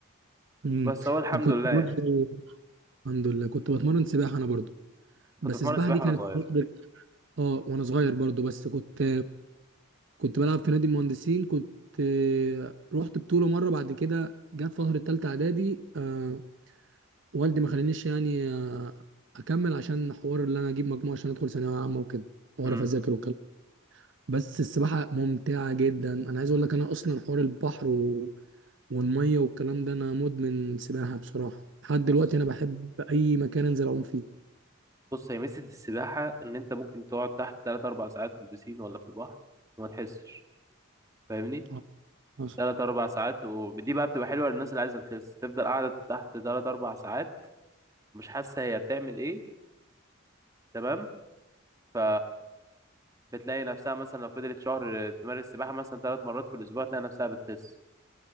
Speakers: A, on the right; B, on the right.
A: مم.
B: بس هو الحمد
A: وكنت
B: لله
A: برضه
B: يعني
A: الحمد لله كنت بتمرن سباحه انا برضه بس
B: كنت اتمرن
A: السباحه
B: سباحه
A: دي كانت
B: وانا صغير
A: في فتره اه وانا صغير برضه بس كنت كنت بلعب في نادي المهندسين كنت آه، رحت بطوله مره بعد كده جت فتره تالته اعدادي آه والدي ما خلانيش يعني آه اكمل عشان حوار اللي انا اجيب مجموعه عشان ادخل ثانويه عامه وكده واعرف
B: امم
A: اذاكر وكده. بس السباحة ممتعة جدا أنا عايز أقول لك أنا أصلا حوار البحر و... والمية والكلام ده أنا مدمن سباحة بصراحة لحد دلوقتي
B: بص
A: أنا بحب أي مكان أنزل أعوم فيه
B: بص هي ميزه السباحه ان انت ممكن تقعد تحت 3 4 ساعات في البسين ولا في البحر وما تحسش فاهمني
A: آه، حصل
B: 3 4 ساعات ودي بقى بتبقى حلوه للناس اللي عايزه تخس تفضل قاعده تحت 3 4 ساعات مش حاسه هي بتعمل ايه تمام ف بتلاقي نفسها مثلا لو فضلت شهر تمارس سباحة مثلا ثلاث مرات في الأسبوع تلاقي نفسها بتخس